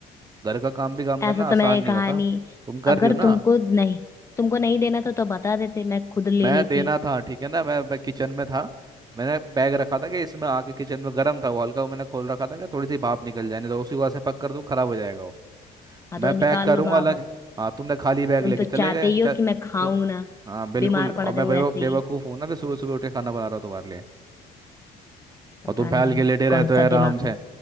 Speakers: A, on the right; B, on the left.
A: घर का काम भी काम
B: ऐसा
A: करना
B: तो
A: आसान
B: मैंने
A: नहीं
B: कहा
A: होता
B: नहीं
A: तुम कर
B: अगर
A: रही हो ना
B: तुमको नहीं तुमको नहीं देना था तो बता देते मैं खुद ले
A: मैं
B: लेती
A: देना था ठीक है ना मैं, मैं किचन में था मैंने बैग रखा था कि इसमें आके किचन में गर्म था वो हल्का वो मैंने खोल रखा था कि थोड़ी सी भाप निकल जाए नहीं तो उसी को ऐसे पक कर दूं खराब हो जाएगा वो
B: हाँ
A: मैं
B: तो
A: पैक
B: निकाल
A: करूंगा
B: लो भाप
A: लंच
B: अब
A: हाँ तुमने खाली बैग
B: तुम
A: लेके
B: तो
A: चले
B: चाहते
A: गए
B: ही हो
A: चल
B: कि मैं खाऊं
A: तो
B: ना
A: हाँ बिल्कुल
B: बीमार
A: और
B: पड़ जाऊं
A: मैं बेवकूफ़
B: ऐसे
A: बेवकूफ़
B: ही
A: हूँ ना फिर सुबह सुबह उठ के खाना बना रहा हूँ तुम्हारे लिए
B: पता
A: और तुम फैल
B: नहीं
A: के लेटे रहते
B: कौन
A: हो
B: सा
A: आराम
B: दिमाग
A: से
B: है